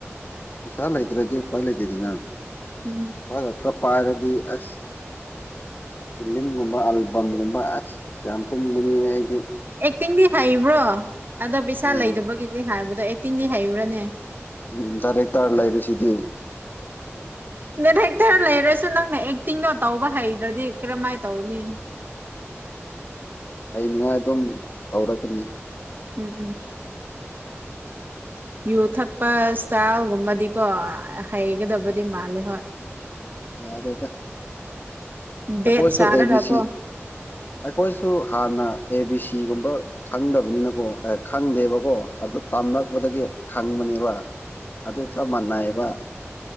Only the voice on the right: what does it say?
ꯎꯝ
ꯇꯤꯡꯗꯤ ꯍꯩꯕ꯭ꯔꯣ ꯑꯗꯣ ꯄꯩꯁꯥ
ꯂꯩꯗꯕꯒꯤꯗꯤ ꯍꯥꯏꯕꯗꯣ ꯑꯦꯇꯤꯡꯗꯤ ꯍꯩꯕ꯭ꯔꯥꯅꯦ
ꯅꯠ ꯍꯦꯛꯇꯔ ꯂꯩꯔꯁꯨ ꯅꯪꯅ ꯑꯦꯛꯇꯤꯡꯗꯣ ꯇꯧꯕ ꯍꯩꯗ꯭ꯔꯗꯤ ꯀꯔꯃꯥꯏ ꯇꯧꯅꯤ
ꯎꯝ ꯎꯝ ꯌꯨ ꯊꯛꯄ ꯏꯁꯇꯌꯥꯜꯒꯨꯝꯕꯗꯤꯀꯣ ꯍꯩꯒꯗꯕꯗꯤ ꯃꯥꯂꯦ ꯍꯣꯏ
ꯕꯦꯠ
ꯆꯥꯔꯒ
ꯀꯣ